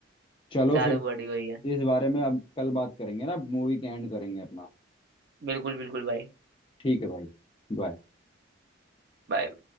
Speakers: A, on the left; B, on the right.
A: चलो
B: ज्यादा
A: फिर
B: बड़ी हुई है
A: इस बारे में अब कल बात करेंगे ना मूवी के एंड करेंगे अपना
B: बिल्कुल बिल्कुल भाई
A: ठीक है भाई बाय
B: बाय